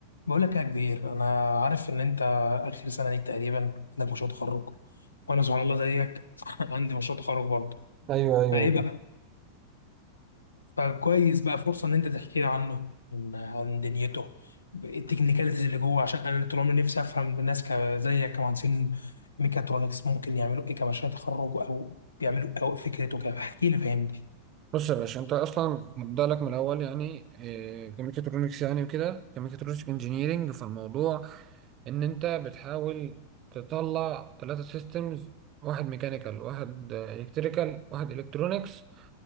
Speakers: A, on the left; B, on the right.
A: بقول لك يا كبير انا عارف ان انت اخر سنه ليك تقريبا عندك مشروع تخرج وانا سبحان الله زيك <laughs> عندي مشروع تخرج برضه
B: ايوه ايوه
A: فايه بقى فكويس بقى فرصه ان انت تحكي لي عنه عن عن دنيته التكنيكاليتيز اللي جوه عشان انا طول عمري نفسي افهم الناس ك- زيك كمهندسين ميكاترونكس ممكن يعملوا ايه كمشروع تخرج او بيعملوا إيه، او فكرته كده احكي لي فهمني
B: بص يا باشا انت اصلا هبدأ لك من الاول يعني إيه، كميكاترونكس يعني وكده كميكاترونكس انجينيرنج فالموضوع ان انت بتحاول تطلع ثلاثة سيستمز واحد ميكانيكال واحد الكتريكال واحد الكترونكس